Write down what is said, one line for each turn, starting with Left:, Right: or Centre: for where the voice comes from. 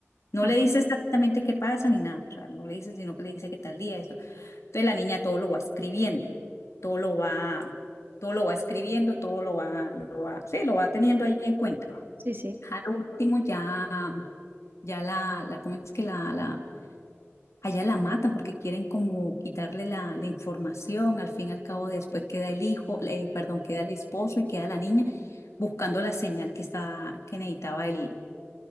Left: No
Right: ajá.
Left: le dice exactamente qué pasa ni nada, o sea, no le dice, sino que le dice que tal día esto. Entonces la niña todo lo va escribiendo, todo lo va, todo lo va escribiendo, todo lo va, lo va, sí, lo va teniendo ahí en cuenta.
Right: Sí, sí.
Left: Al último ya, ya la, la, ¿cómo es que la, la, allá la matan porque quieren como quitarle la, la información, al fin y al cabo después queda el hijo, eh, perdón, queda el esposo y queda la niña buscando la señal que estaba, que necesitaba él